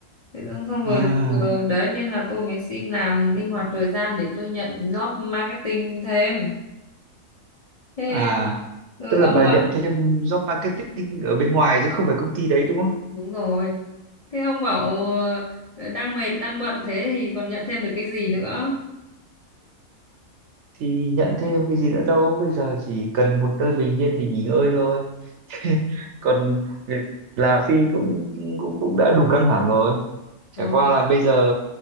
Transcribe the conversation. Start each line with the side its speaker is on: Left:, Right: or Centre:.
Left: thế xong xong rồi
Right: À.
Left: là giờ đấy nên là tôi mới xin làm linh hoạt thời gian để tôi nhận job marketing thêm thế
Right: À,
Left: ừ,
Right: tức
Left: ông
Right: là bà nhận
Left: ạ
Right: thêm job marketing ở bên ngoài chứ không phải công ty đấy đúng không?
Left: đúng rồi Thế ông bảo ờ, đang mệt, đang bận thế thì còn nhận thêm được cái gì nữa?
Right: Thì nhận thêm cái gì nữa đâu, bây giờ chỉ cần một nơi bình yên để nghỉ ngơi thôi. <laughs> Còn việc làm phi cũng cũng cũng đã đủ căng thẳng rồi. Chả
Left: Thôi,
Right: qua là bây giờ